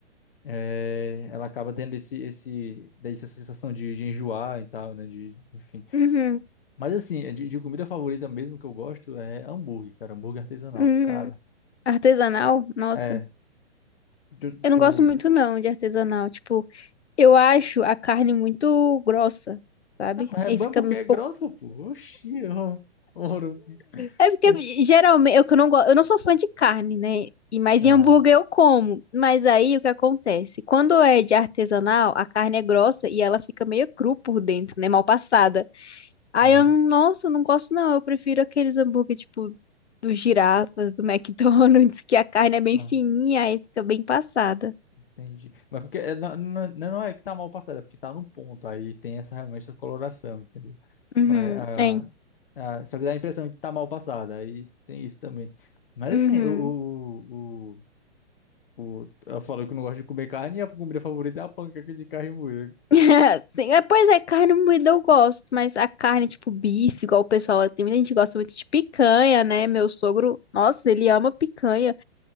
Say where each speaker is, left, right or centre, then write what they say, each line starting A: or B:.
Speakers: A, on the left; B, on the left.
A: É, ela acaba tendo esse, esse, daí essa sensação de, de enjoar e tal, né? De, enfim.
B: Uhum.
A: Mas assim, é de, de comida favorita mesmo que eu gosto é hambúrguer, cara. Hambúrguer artesanal,
B: Uhum.
A: cara.
B: Artesanal? Nossa.
A: É. Tu,
B: Eu não
A: tu...
B: gosto muito não de artesanal. Tipo, eu acho a carne muito grossa, sabe?
A: Não, mas
B: E
A: é bom
B: aí fica
A: porque
B: um
A: é
B: pouco.
A: grossa, pô. Oxi, eu... ouro.
B: É porque
A: <laughs>
B: geralmente eu que não gosto, eu não sou fã de carne, né? E mas
A: Ah,
B: em hambúrguer eu como. Mas aí o que acontece? Quando é de artesanal, a carne é grossa e ela fica meio cru por dentro, né? Mal passada. Aí
A: aham.
B: eu, nossa, eu não gosto não. Eu prefiro aqueles hambúrguer tipo dos girafas, do <laughs> McDonald's, que a carne é bem
A: Ah,
B: fininha, e fica bem passada.
A: entendi. Mas porque é- não, não, não é que tá mal passado, é porque tá no ponto. Aí tem essa realmente essa coloração, entendeu?
B: Uhum,
A: Mas, ah,
B: é.
A: ah, só que dá a impressão que tá mal passada. Aí tem isso também. Mas
B: Uhum.
A: assim, o, o, o, o- o- eu falo que eu não gosto de comer carne e a comida favorita é a panqueca de carne moída.
B: <laughs> Sim, é, pois é, carne moída eu gosto, mas a carne, tipo, bife, igual o pessoal, tem muita gente que gosta muito de picanha, né? Meu sogro, nossa, ele ama picanha.